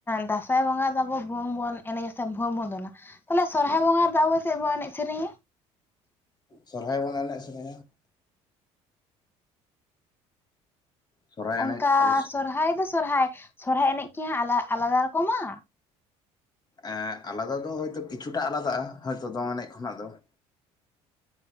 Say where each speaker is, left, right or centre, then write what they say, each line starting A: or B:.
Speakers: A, on the left (about 15°); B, on the left (about 35°).
A: ᱫᱟᱸᱥᱟᱭ ᱵᱚᱸᱜᱟ ᱫᱚ ᱟᱵᱚ ᱵᱷᱩᱣᱝ ᱵᱚᱱ ᱮᱱᱮᱡᱟ ᱥᱮ ᱵᱷᱩᱣᱟᱹᱝ ᱵᱚᱱ ᱫᱚᱱᱟ? ᱛᱟᱦᱚᱞᱮ ᱥᱚᱨᱦᱟᱭ
B: ᱦᱮᱸ
A: ᱵᱚᱸᱜᱟ ᱨᱮᱫᱚ ᱟᱵᱚ ᱪᱮᱜ ᱵᱚ ᱮᱱᱮᱡ ᱥᱮᱨᱮᱧᱟ?
B: ᱥᱚᱨᱦᱟᱭ ᱵᱚᱱ ᱮᱱᱮᱡ ᱥᱮᱨᱮᱧᱟ ᱥᱚᱨᱦᱟᱭ
A: ᱚᱱᱠᱟ
B: ᱮᱱᱮᱡ ᱟᱫᱚ
A: ᱥᱚᱨᱦᱟᱭ ᱫᱚ ᱥᱚᱨᱦᱟᱭ ᱥᱚᱨᱦᱟᱭ ᱮᱱᱮᱡ ᱠᱤ ᱦᱟᱸᱜ ᱟᱞᱟ ᱟᱞᱟᱫᱟ ᱨᱚᱠᱚᱢᱟ
B: ᱮᱸ ᱟᱞᱟᱫᱟ ᱫᱚ ᱦᱚᱭ ᱛᱚ ᱠᱤᱪᱷᱩᱴᱟᱜ ᱟᱞᱟᱫᱟᱼᱟ ᱦᱭᱛᱚ ᱫᱚᱝ ᱮᱱᱮᱡ ᱠᱷᱚᱱᱟᱜ ᱫᱚ ᱾